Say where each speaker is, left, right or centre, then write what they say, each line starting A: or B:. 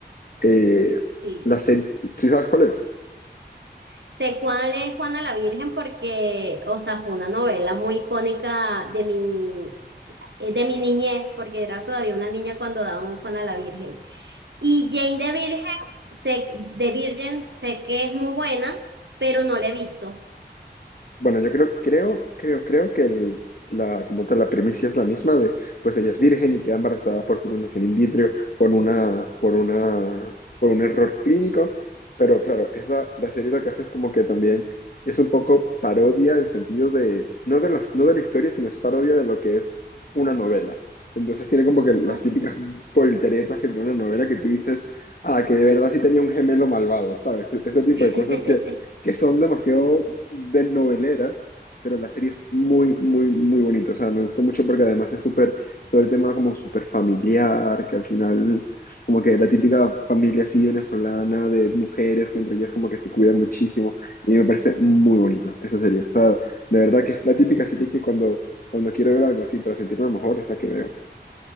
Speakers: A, on the left (about 55°); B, on the right (about 85°).
A: Eh,
B: sí
A: la serie, ¿sí sabes cuál es?
B: Sé cuál es Juana la Virgen porque, o sea, fue una novela muy icónica de mi, eh, de mi niñez, porque era todavía una niña cuando daban Juana la Virgen. Y Jane de Virgen, sé, de Virgen, sé que es muy buena, pero no la he visto.
A: Bueno, yo creo, creo, creo, creo que el- la, como tal, la premisa es la misma de, pues ella es virgen y queda embarazada por fecundación in vitro por una, por una, por un error clínico, pero claro, esa, la serie lo que hace es como que también es un poco parodia en sentido de, no de las, no de la historia, sino es parodia de lo que es una novela. Entonces tiene como que las
B: Ok.
A: típicas polteretas que tiene una novela que tú dices, ah, que de verdad sí tenía un gemelo malvado, ¿sabes? E- Ese tipo
B: <laughs>
A: de cosas que son demasiado de noveleras, pero la serie es muy, muy, muy bonita. O sea, me gusta mucho porque además es súper, todo el tema como súper familiar, que al final, como que la típica familia así venezolana de mujeres, que entre ellas como que se cuidan muchísimo. Y me parece muy bonita esa serie. O sea, de verdad que es la típica serie que cuando, cuando quiero ver algo así para sentirme mejor es la que veo.